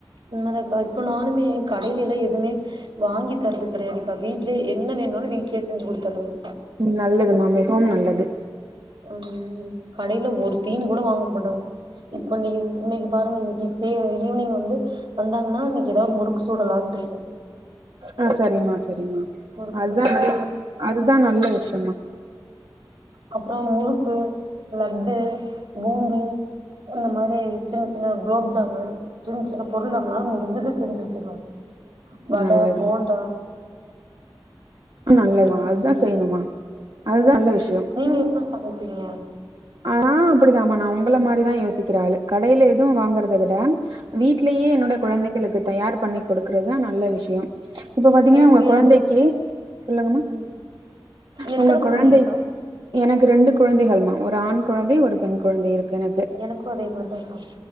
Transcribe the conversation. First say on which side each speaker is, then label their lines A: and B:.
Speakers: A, on the right; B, on the right.
A: உண்மதாக்கா இப்ப நானுமே கடையிலிலா எதுமே வாங்கி தரது கிடையாதுக்கா வீட்லே என்ன வேணாலு வீட்லே செஞ்சு குடுத்துறது
B: நல்லதுமா மிகவும் நல்லது
A: ம் கடையில ஒரு தீனு கூட வாங்க மாட்டாங்க இப்ப இன்னக்கி இன்னக்கி பாருங்க இன்னக்கி சே ஈவினிங் வந்து வந்தாங்கன்னா இன்னக்கி ஏதாவது முறுக்கு சுடலான்ட்ரிக்கே
B: ஆ சரிமா சரிமா
A: முறுக்கு
B: அதுதா
A: சுட்டு
B: அதுதா நல்ல விஷயமா
A: அப்றோ முறுக்கு லட்டு பூந்தி இந்த மாரி சின்ன சின்ன குலோப்ஜாமு சின்ன சின்ன பொருள் நம்மளால முடிஞ்சத செஞ்சு வச்சுருவ வட
B: நல்லதுமா
A: போண்டா
B: நல்லதுமா
A: இந்த மாரி
B: அதுதா
A: செஞ்சு
B: செய்யணுமா
A: வச்சிருவே
B: அதுதா நல்ல விஷயோ
A: நீங்க என்னா சமைப்பீங்க
B: ஆ நா அப்டிதாமா நா ஒங்கள மாதிரிதா யோசிக்கிற ஆளு கடையில எதுவு வாங்கறத விட வீட்லயே என்னோட கொழந்தைகளுக்கு தயார் பண்ணி குடுக்கறதுதா நல்ல விஷயோ இப்ப பாத்தீங்கன்னா
A: உங்களுக்கு
B: ஒங்க கொழந்தைக்கு
A: என்
B: சொல்லுங்கம்மா
A: ம் எத்தன
B: ஒங்க
A: கொழந்தைங்க்கா
B: கொழந்தைக்கு எனக்கு ரெண்டு குழந்தைகள்மா ஒரு ஆண் கொழந்தை ஒரு பெண் கொழந்தை இருக்கு எனக்கு
A: எனக்கு அதே மாதிரிதாக்கா